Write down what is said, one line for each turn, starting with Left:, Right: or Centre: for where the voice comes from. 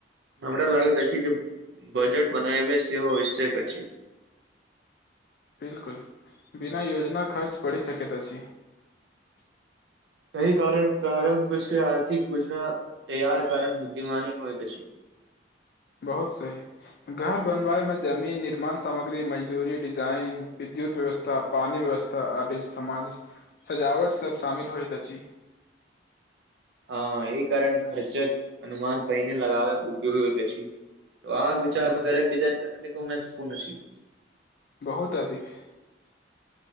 Right: हमरा लागैत अछि जे- बजट बनाय से आवश्यक।
Left: बिलकुल बिना योजना खर्च पड़ सक त छै। <unintelligible>
Right: अी कारण प्रारं्भ छै आर्थिक योजना- तैयार कारण बुद्धिमनी होइ प छै। <unintelligible>
Left: बहुत सही घर बनबाायमे जमीन निर्माण सामग्री मजदूरी डिजाइन विद्युत व्यवस्था पानि व्यवस्था आ समाज सजावटसभ -शामिल होइत अछि। <unintelligible>
Right: हँ ई कारण खर्चक- अनुमान पहिने लगाबे उपयोगी होइ प। <unintelligible> आग विचारमेर
Left: बिल्कुल
Right: िजाइन कर। <unintelligible> एतेक महत्वपूर्ण छी। <unintelligible>
Left: बहुत अधिक। <unintelligible>